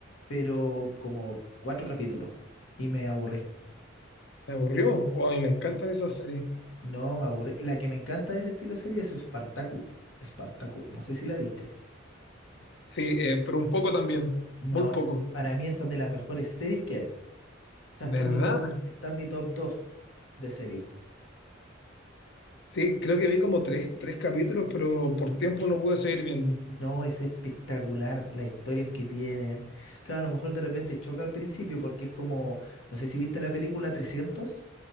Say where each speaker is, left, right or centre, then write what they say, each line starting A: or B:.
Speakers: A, on the left; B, on the left.
A: pero como cuatro capítulos y me aburrí.
B: ¿Te aburrió? O a mí me encantan
A: Sí.
B: esas series.
A: No, me aburrí. La que me encanta de ese estilo de serie es Spartacus. Spartacus, no sé si la viste.
B: Sí, eh, pero un poco también,
A: No,
B: muy
A: esa,
B: poco.
A: para mí esa es de las mejores series que hay. O sea,
B: ¿Verdad?
A: está en mi top, está en mi top 2 de serie.
B: Sí, creo que vi como tres, tres capítulos, pero por tiempo no pude seguir viendo.
A: No, es espectacular las historias que tienen. Claro, a lo mejor de repente choca al principio porque es como, no sé si viste la película trescientos